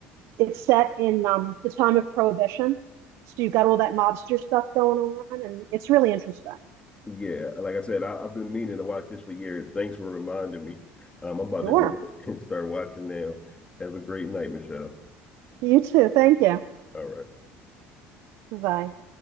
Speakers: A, on the right; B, on the left.
A: it's set in um the time of Prohibition. So you have got all that mobster stuff going on, and it's really interesting.
B: yeah, like I said, I, I've been meaning to watch this for years. Thanks for reminding me. Um, I'm about
A: Sure.
B: to go <laughs> and start watching now. Have a great night, Michelle.
A: You too. Thank you.
B: All right.
A: Bye.